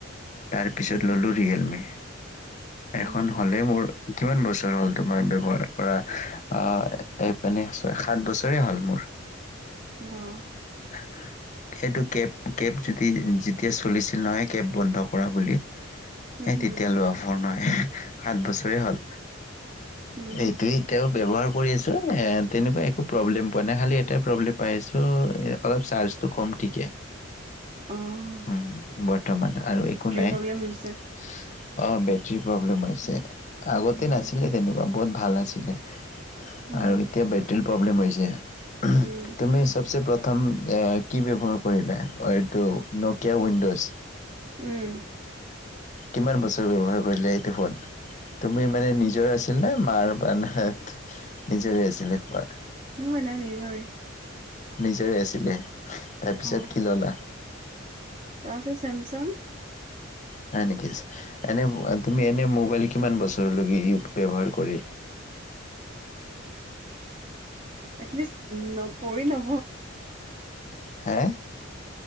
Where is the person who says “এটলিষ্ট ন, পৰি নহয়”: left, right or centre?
Right